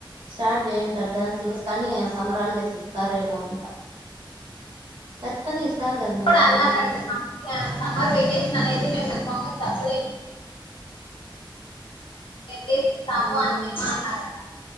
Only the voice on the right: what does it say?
స్టార్ట్ చేసింటారు టెన్త్ సిలబస్ కానీ సమ్మర్ హాలిడేస్ ఇస్తారేమో అంట ఖచ్చితంగా ఇస్తారు కదా
మే సమ్మర్
హాలిడేస్
ఉ